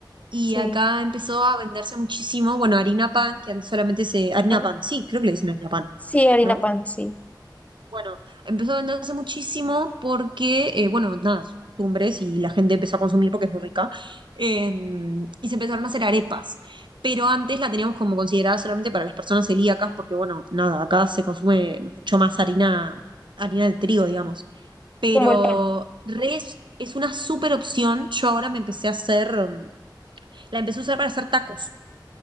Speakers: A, on the right; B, on the left.
A: y
B: sí.
A: acá empezó a venderse muchísimo, bueno, harina pan, que antes solamente se, harina
B: Ah.
A: pan, sí, creo que le dicen harina pan,
B: Sí, harina
A: ¿no?
B: pan, sí.
A: Bueno, empezó a venderse muchísimo porque, eh, bueno, nada, sus costumbres y la gente empezó a consumir porque es muy rica. eh, y se empezaron a hacer arepas. Pero antes la teníamos como considerada solamente para las personas celíacas porque, bueno, nada, acá se consume mucho más harina, harina de trigo, digamos. Pero
B: Como el pan.
A: res es una súper opción. Yo ahora me empecé a hacer, mm, la empecé a usar para hacer tacos.